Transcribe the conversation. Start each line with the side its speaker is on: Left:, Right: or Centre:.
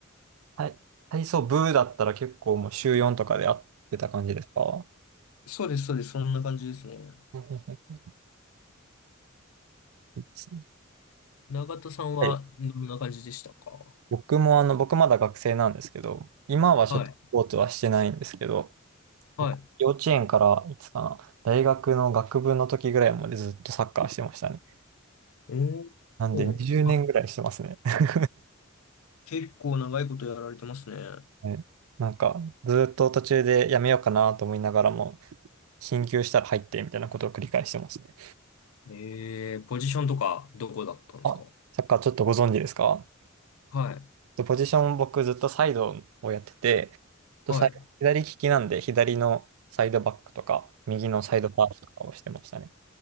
Right: はい、体操部だったら結構もう週4とかで会ってた感じですか
Left: そうです、そうです、そんな感じですね。
Right: うんうんうんいいですね
Left: 永田さんはどんな感じでしたか
Right: <laughs> はい僕もあの、僕まだ学生なんですけど、今はちょっとスポーツはしてないんですけど、
Left: はい、はい。
Right: 僕幼稚園からいつかな、大学の学部の時ぐらいまでずっとサッカーしてましたね。
Left: おーおー、
Right: なんで20年ぐらいしてますね。
Left: あ、
Right: <laughs>
Left: 結構長いことやられてますね。
Right: はいなんかずっと途中でやめようかなと思いながらも、進級したら入ってみたいなことを繰り返してますね。
Left: ええポジションとかどこだったんですか
Right: あ、サッカーちょっとご存知ですか
Left: はい、
Right: で、ポジション僕ずっとサイドをやってて、とサイ左利きなんで左のサイドバックとか、
Left: はい。
Right: 右のサイドハーフとかをしてましたね。